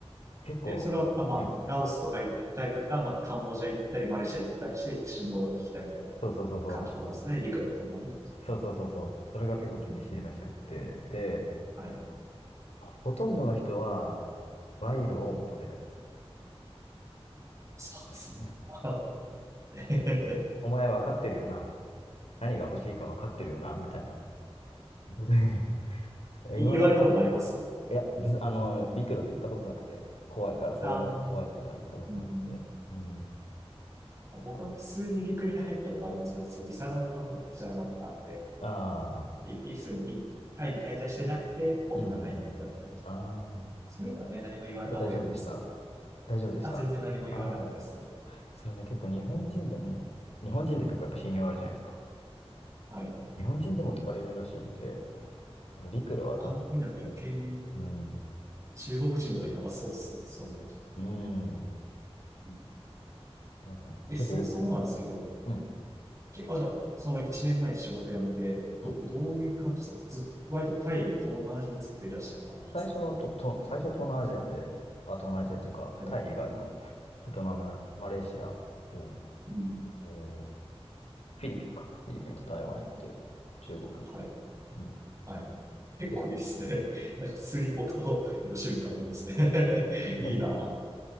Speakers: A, on the left; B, on the right.
A: 結構、
B: で、それは、あまあ、
A: うん、
B: ラオスとか行ったりとか、まあ、カンボジア行ったり、マレーシア行ったりして、一緒に戻ってきたみたいな
A: そうそうそうそ
B: 感じなんですね、陸路っていうのはね。
A: う、そうそうそうそう、それが結構厳しいらしくって、
B: うんうんうん
A: で、
B: はい。
A: ほとんどの人は賄賂を求められて
B: そうです。
A: たし、<laughs>
B: <laughs> あえへへへ
A: お、お前分かってるよな、みたいな何が欲しいか分かってるよな、みたいな。<laughs>
B: 言われたことあります
A: いまだに、いや、別あの、陸路で行ったことなくて、怖いから、それが怖いから行ったことなくて。
B: ああー、うん、
A: うん。
B: 僕は普通に陸に入ったことありますよ。そのビザが目的じゃなかったんで、
A: ああ、
B: い普通にいタイに滞在してなくて、僕が入ってきたっていう感じ。
A: うんうんうん。ああ、
B: そういうのはね、何も言われた覚えないですけど、
A: ただ大丈夫でした大丈夫でしたそれああ
B: あ、全然何も言われなかったです。
A: それね、結構日本人でも、日本人って結構やっぱ信用あるじゃないですか。
B: はい。
A: 日本人でも聞かれるらしいんで、あの、あの陸路は多分、
B: 他の国なんか余計に
A: うん、
B: 中国人とかやばそうですね。そういうの。
A: うん、
B: うん
A: 多分、
B: え、
A: 結構よ、
B: そもそもなんですけど、
A: うん、うん。
B: け、あ、じゃあ、その1年前に仕事辞めて、ど、
A: うん
B: どういう感じだったのずっと、割とタイ、東南アジアにずっといらっしゃる感じです
A: 最初はと、と、最初は東南アジアで、あ、東南アジアっていうか、
B: か。
A: タイ以外も、
B: はい。
A: ベトナム、マレーシア、お
B: うん。
A: おーフィリピンか。フィリピンと台湾行って、中国行って。
B: はい。
A: うん。
B: はい。結構いいっすね。
A: で、
B: <laughs> なんか普通に僕と結構趣味変わりますね。<laughs>
A: <laughs>
B: いいな